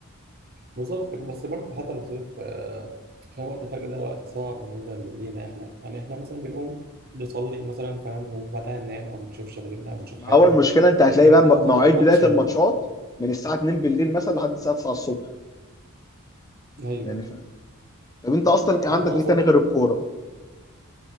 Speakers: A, on the right (about 45°); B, on the left (about 15°).
A: بالظبط بس برضه حتى لو صيف آه، فاهم وقت الفجر ده وقت صعب بالنسبه لينا احنا يعني احنا مثلا بنقوم نصلي مثلا فاهم وبعدها ننام او نشوف شغلنا او نشوف
B: ما
A: حياتنا
B: اول مشكله انت هتلاقي
A: لكن
B: بقى
A: انت
B: م-
A: تقعد
B: مواعيد
A: على الماتش
B: بدايه الماتشات
A: و...
B: من الساعه 2 بالليل مثلا لحد الساعه 9 الصبح
A: ايوه
B: يعني فاهم طب انت اصلا إيه-
A: لا
B: عندك
A: انا
B: ايه
A: اقصد
B: تاني غير الكوره